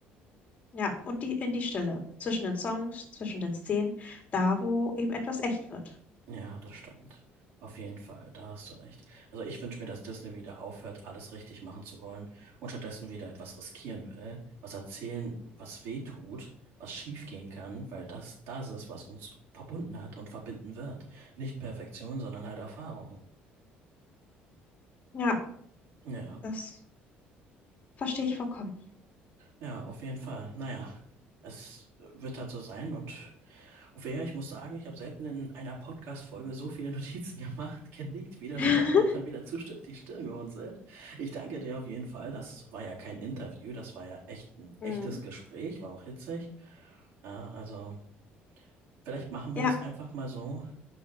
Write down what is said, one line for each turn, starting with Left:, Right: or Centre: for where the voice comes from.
Left: Ja, und die in die Stille, zwischen den Songs, zwischen den Szenen, da wo eben etwas echt wird.
Right: Ja, das stimmt. Auf jeden Fall, da hast du recht. Also ich wünsche mir, dass Disney wieder aufhört, alles richtig machen zu wollen und stattdessen wieder etwas riskieren will, was erzählen, was weh tut, was schief gehen kann, weil das das ist, was uns verbunden hat und verbinden wird. Nicht Perfektion, sondern halt Erfahrung.
Left: Ja,
Right: Ja,
Left: das verstehe ich vollkommen.
Right: ja, auf jeden Fall. Naja, es wird halt so sein und Auf jeden Fall, ich muss sagen, ich habe selten in einer Podcast-Folge so viele Notizen <laughs> gemacht, genickt, widersprochen
Left: <laughs>
Right: und dann wieder zustimmt, die Stirn gerunzelt. Ich danke dir auf jeden Fall. Das war ja kein Interview, das war ja echt ein
Left: Hm.
Right: echtes Gespräch, war auch hitzig. Ja, also vielleicht machen wir
Left: Ja,
Right: das einfach mal so.